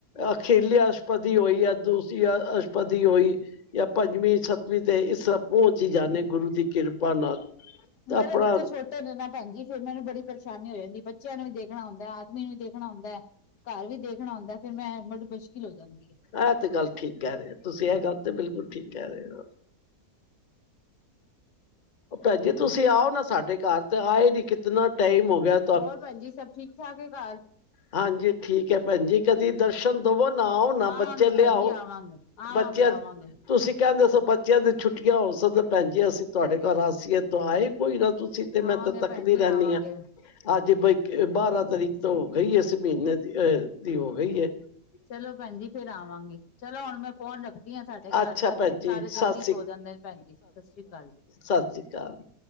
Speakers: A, on the left; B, on the left.
A: ਅਖੀਰਲੀ ਅਸ਼ਪਦੀ ਹੋਈ ਯਾ ਦੂਸਰੀ ਅ ਅਸ਼ਪਦੀ ਹੋਈ ਯਾ ਪੰਜਵੀ ਸੱਤ ਨੀ ਤੇ ਇਸ ਤਰਾਂ ਪ੍ਹੋਂਚ ਈ ਜਾਂਨੇ ਆ ਗੁਰੂ ਦੀ ਕਿਰਪਾ ਨਾਲ ਤਾਂ
B: ਮੇਰੇ
A: ਆਪਣਾ
B: ਬੱਚੇ ਛੋਟ ਟੇ ਨੇ ਨਾ ਭੈਨਜੀ ਫੇਰ ਮੈਨੂੰ ਬੜੀ ਪਰੇਸ਼ਾਨੀ ਹੋ ਜਾਂਦੀ, ਬੱਚੇਆਂ ਨੂੰ ਵੀ ਦੇਖਣਾ ਹੁੰਦੈ, ਆਦਮੀ ਨੂੰ ਵੀ ਦੇਖਣਾ ਹੁੰਦੈ। ਘਾੱਰ ਵੀ ਦੇਖਣਾ ਹੂੰਦੈ, ਫੇਰ ਮੈਂ ਬੜੀ ਮੁਸ਼ਕਿਲ ਹੋ ਜਾਂਦੀ ਏ।
A: ਐ ਤੇ ਗਾੱਲ ਠੀਕ ਕੈ ਰਏ ਓ, ਤੂਸੀ ਐ ਗੱਲ ਤੇ ਬਿਲਕੁਲ ਠੀਕ ਕੈ ਰਏ ਓ। ਭੈਨਜੀ ਤੂਸੀ ਆਓ ਨਾ ਸਾਡੇ ਘਾਰ, ਤੇ ਆਏ ਨੀ ਕਿਤਨਾ ਟਾਈਮ ਹੋ ਗੇਆ
B: ਹੋਰ ਭੈਨਜੀ, ਸਬ ਠੀਕ-ਠਾਕ ਏ ਘਾਰ?
A: ਹਾਂਜੀ, ਠੀਕ ਐ ਭੈਨ ਜੀ ਕਦੀ ਦਰਸ਼ਨ ਦਵੋ ਨਾ, ਆਓ ਨਾ
B: ਆਵਾਂਗੇ
A: ਬੱਚੇ ਲੇਆਓ,
B: ਭੈਣ ਜੀ ਆਵਾਂਗੇ ਆਵਾਂਗੇ
A: ਬੱਚੇਆਂ
B: ਆਵਾਂਗੇ
A: ਚ ਤੂਸੀਂ ਕੈਂਦੇਸੋ ਬੱਚੇਆਂ ਦੀ ਛੁੱਟੀਆਂ ਹੋਸੱਨ, ਤੇ ਭੈਨ ਜੀ ਅਸੀ ਤੂਆਡੇ ਘਾਰ ਆਸੀਏ, ਤੋ ਆਏ ਕੋਈ ਨਾ ਤੂਸ ਸੀ ਤੇ
B: ਆਵਾਂਗੇ
A: ਮੈਂ ਤਾ ਤੱਕਦੀ
B: ਭੈਣ ਜੀ
A: ਰੈਨੀ
B: ਆਵਾਂਗੇ
A: ਆਂ। ਆੱਜ ਬਈ ਕ ਬਾਰਾਂ ਤਰੀਕ ਤੇ ਹੋ ਗਈ ਏ ਇਸ ਮ੍ਹੀਨੇ ਦੀ ਅ ਦੀ ਹੋ ਗਈ ਏ।
B: ਚਲੋ ਭੈਨ ਜੀ ਫਿਰ ਆਵਾਂਗੇ। ਚਲੋ ਹੁਣ ਮੈਂ ਫੋਨ ਰੱਖਦੀ ਆਂ, ਸਾਡੇ ਘਾਰ
A: ਅੱਛਾ
B: ਸਬ,
A: ਭੈਣ ਜੀ
B: ਸਾਰੇ
A: ਸਤਿ
B: ਜਲਦੀ ਸੋ ਜਾਂਦੇ ਨੇ ਭੈਨ ਜੀ, ਸਸ੍ਰੀ ਕਾਲ ਜੀ।
A: ਸਸ਼੍ਰੀ ਕਾਲ।